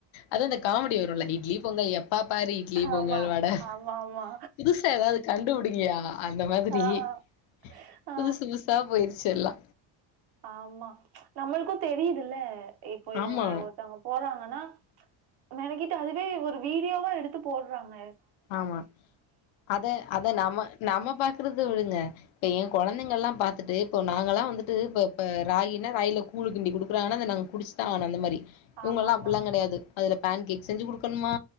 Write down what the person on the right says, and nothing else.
ஆமா.
ஆமாமா.
ஆ, ஆ. ஆ
ஆமா நம்ளுக்கு தெரியுதுல்ல இப்ப இவங்க
ஒருத்தவங்க போறாங்க ஆனா மெனக்கெட்டு அதுவே ஒரு வீடியோவா எடுத்து போட்றாங்க
ஆமா ஆமா